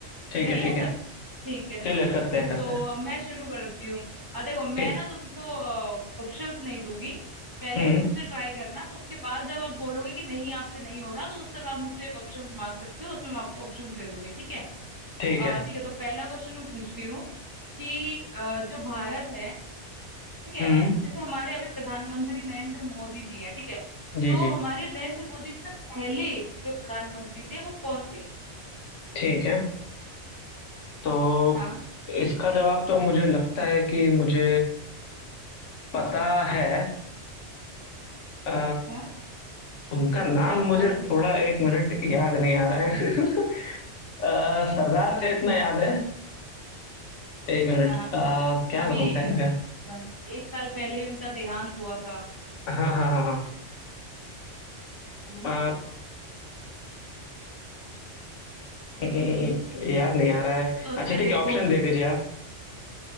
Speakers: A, on the left; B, on the right.
A: ठीक
B: करें
A: है ठीक
B: ऐसा
A: है
B: ठीक है
A: चलिए करते हैं करते
B: तो
A: हैं
B: अ, मैं शुरू करती हूँ अ, देखो
A: ठीक
B: मैं ना तुमको ऑप्शंस नहीं दूंगी पहले
A: हम्म
B: खुद से ट्राई करना उसके बाद जब आप बोलोगे कि नहीं आपसे नहीं हो रहा तो उस समय आप मुझसे ऑप्शंस मांग सकते हो उसमें मैं आपको ऑप्शंस दे दूंगी ठीक है
A: ठीक
B: अ,
A: है
B: ठीक है तो पहला क्वेश्चन मैं पूछती हूँ कि अ, जो भारत है ठीक है
A: हम्म
B: जैसे हमारे अभी प्रधानमंत्री नरेंद्र मोदी जी हैं ठीक है
A: जी
B: तो
A: जी
B: हमारे नरेंद्र मोदी जी से पहले जो प्रधानमंत्री थे वो कौन थे
A: ठीक है तो
B: हाँ
A: इसका
B: बताइए
A: जवाब तो मुझे लगता है कि मुझे पता है अ,
B: अच्छा
A: उनका
B: बताइए
A: नाम
B: क्या
A: मुझे
B: कौन थे वो
A: थोड़ा एक मिनट याद नहीं आ रहा है <laughs> अ, सरदार का इतना याद है एक मिनट
B: हाँ हाँ।
A: अ, क्या
B: अभी
A: नाम था
B: अ,
A: इनका
B: एक साल पहले ही उनका देहांत हुआ था
A: हाँ हाँ हाँ हाँ
B: हम्म
A: अ, न- न- न- याद नहीं आ रहा है
B: सोच
A: अच्छा
B: के
A: ठीक
B: देखो
A: है ऑप्शन दे दीजिए